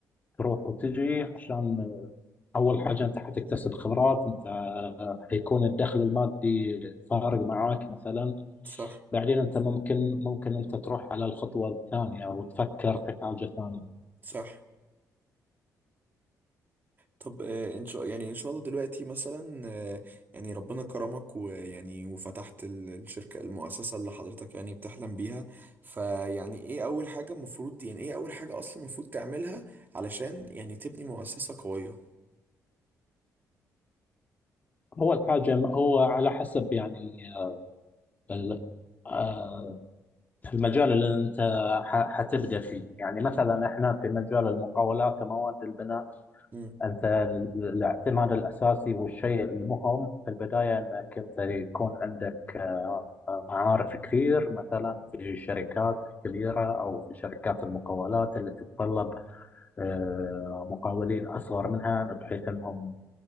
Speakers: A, on the left (about 25°); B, on the right (about 30°).
A: تروح وتجي عشان آه، اول حاجه انت حتكتسب خبرات انت آه، حيكون الدخل المادي فارق معاك مثلا
B: صح
A: بعدين انت ممكن ممكن انت تروح على الخطوه الثانيه وتفكر في حاجه ثانيه
B: صح طب آه، ان شاء يعني ان شاء الله دلوقتي مثلا آه، يعني ربنا كرمك ويعني وفتحت ال- الشركة المؤسسة اللي حضرتك يعني بتحلم بيها فيعني ايه اول حاجة المفروض يعني ايه اول حاجة اصلا المفروض تعملها علشان يعني تبني مؤسسة قوية
A: اول حاجه هو على حسب يعني آه، ال- آه، المجال اللي انت ح- حتبدا فيه يعني مثلا احنا في مجال المقاولات ومواد البناء
B: امم
A: أنت ال- الاعتماد الأساسي والشيء المهم في البداية أنك أنت يكون عندك آه، آه، معارف كثير مثلا في الشركات الكبيرة أو في شركات المقاولات اللي تتطلب آه، مقاولين أصغر منها بحيث أنهم